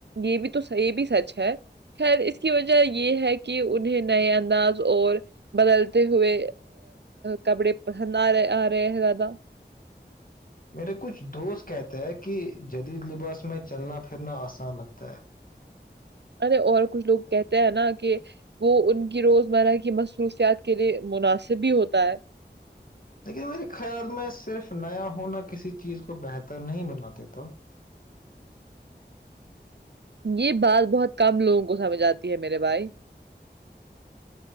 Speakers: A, on the right; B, on the left.
A: یہ بھی تو صحیح یہ بھی سچ ہے خیر اس کی وجہ یہ ہے کہ انہیں نئے انداز اور بدلتے ہوئے کپڑے پسند آ رہے آ رہے ہیں زیادہ
B: میرے کچھ دوست کہتے ہیں کہ جدید لباس میں چلنا پھرنا آسان لگتا ہے
A: ارے اور کچھ لوگ کہتے ہیں نا کہ وہ ان کی روزمرہ کی مصروفیات کے لیے مناسب بھی ہوتا ہے
B: لیکن میرے خیال میں صرف نیا ہونا کسی چیز کو بہتر نہیں بنا دیتا
A: یہ بات بہت کم لوگوں کو سمجھ آتی ہے میرے بھائی